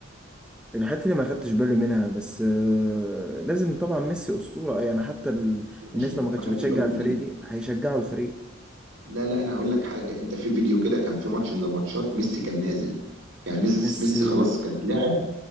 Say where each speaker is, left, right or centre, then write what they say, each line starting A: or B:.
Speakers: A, in the centre; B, on the right.
A: والحته اللي ما خدتش بالي منها بس آه، لازم طبعا ميسي اسطوره يعني حتى ال-
B: يا باشا
A: الناس
B: ما
A: لو ما كانتش
B: ما خدتش
A: بتشجع
B: بالك
A: الفريق
B: ليه
A: دي هيشجعوا الفريق
B: لا لا انا هقول لك حاجه انت في فيديو كده كان في ماتش من الماتشات ميسي كان نازل يعني ميسي
A: ميسي
B: ميسي خلاص كان لاعب